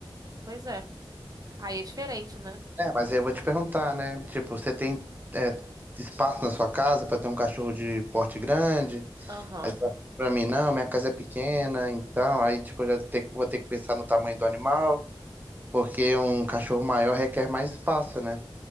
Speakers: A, on the right (about 45°); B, on the right (about 20°).
A: pois é. Aí é diferente, né?
B: É, mas aí eu vou te perguntar, né? Tipo, você tem é, espaço na sua casa pra ter um cachorro de porte grande?
A: Aham,
B: Aí tu vai falar pra mim, não, minha casa é pequena, então, aí, tipo, eu já te- vou ter que pensar no tamanho do animal, porque um cachorro maior requer mais espaço, né?